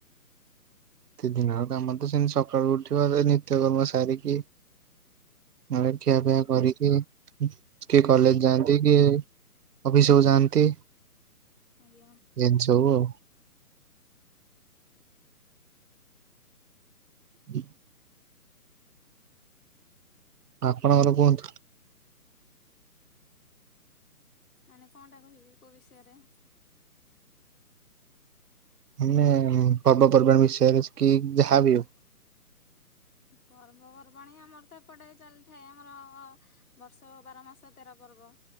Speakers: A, on the right; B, on the left.
A: କି ଦିନଟା ମତେ ସେମିତି ସକାଳୁ ଉଠିବା ନିତ୍ୟକର୍ମ ସାରିକି ନଲେ ଖିଆପିଆ
B: ଆଜ୍ଞା
A: କରିକି କିଏ କଲେଜ ଯାଆନ୍ତି କିଏ ଅଫିସବୁ ଯାଆନ୍ତି।
B: ଆଜ୍ଞା।
A: ଏମିତି ସବୁ ଆଉ ହୁଁ ଆପଣଙ୍କର କୁହନ୍ତୁ?
B: ମାନେ କଁଟା କହିବି କୋଉ ବିଷୟରେ?
A: ମାନେ ପର୍ବପର୍ବାଣି ବିଷୟରେ କି ଯାହାବି ହୋଉ।
B: ପର୍ବପର୍ବାଣି ଆମର ତ ଏପଟେ ଚାଲିଥାଏ ଆମର-ଅ ବର୍ଷକ ବାର ମାସ ତେର ପର୍ବ।